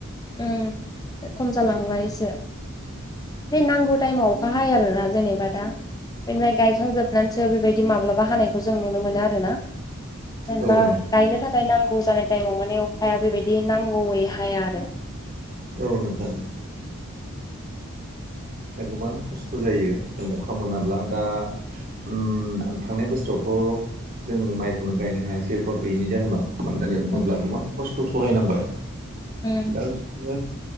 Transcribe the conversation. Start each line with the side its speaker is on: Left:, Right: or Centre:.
Left: ओं खम जालांबाय एसे बे नांगौ टाइमाव अखा हायो आरोना जेनेबा दा जों माइ गायखांजोबनानैसो बेबायदि माब्लाबा हानायखौ जों नुनो मोनो आरोना जेनेबा
Right: औ नों
Left: गायनो थाखाय नांगौ जानाय टाइमाव माने अखाया बेबायदि नांगौयै हाया आरो
Right: औ नोंथां दा गोबां खस्थ' जायो जों अखा मोनाब्ला दा उम थांनाय बोसोरावथ' थ' जों माइखौनो गायनो हायासै अखा गैयैनि जाहोनाव गोबां गामियाव नङा
Left: उम
Right: होमब्ला गोबां खस्थ' सहायनांबाय
Left: उम
Right: दा बेखौनो